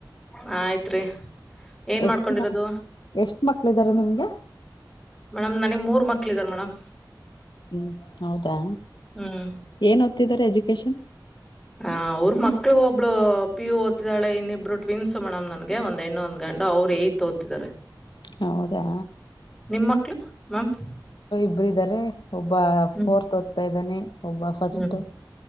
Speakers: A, in the centre; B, on the left.
A: ಹ ಆಯ್ತ್ರಿ ಏನ್
B: ಎಷ್ಟ
A: ಮಾಡ್ಕೊಂಡಿರೋದು
B: ದಿನ ಎಷ್ಟ ಮಕ್ಳ ಇದ್ದಾರೆ ನಿಮ್ಗೆ
A: ಮೇಡಮ್ ನನಗ್ ಮೂರ್ ಮಕ್ಳ ಇದಾರೆ ಮೇಡಮ್
B: ಹ್ಮ್ ಹೌದಾ
A: ಹ್ಮ್
B: ಏನ್ ಹೊ್ತ್ತಿದಿದ್ದಾರೆ ಎಜುಕೇಶನ್
A: ಹ ಅವ್ರ ಮಕ್ಳ ಇಬ್ರು ಪ ಯು ಓದತಿದ್ದಾಳೆ ಇನ್ನಿಬ್ಬರು ಟ್ವಿನ್ಸ್ ಮೇಡಮ್ ನನ್ಗೆ ಒಂದ್ ಹೆಣ್ಣೊಂದ್ ಗಂಡು ಅವ್ರು ಯ್ ಓದ್ತಿದಾರೆ
B: ಹೌದಾ
A: ನಿಮ್ಮ ಮಕ್ಳು ಮ್ಯಾಮ್
B: ಒಬ್ಬರುಾರೆ ಒಬ್ಬ
A: ಹ್ಮ್
B: ಫೋರ್ತ್ ಓದ್ತಾ ಇದ್ದಾನೆ ಒಬ್ಬ ಫಸ್ಟ್
A: ಹ್ಮ್